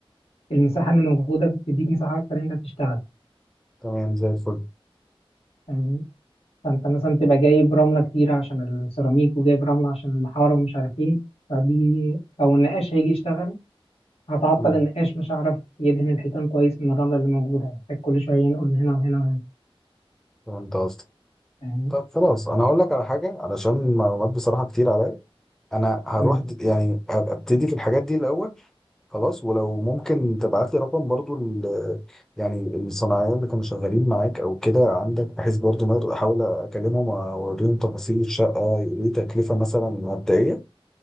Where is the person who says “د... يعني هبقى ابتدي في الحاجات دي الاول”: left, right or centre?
Centre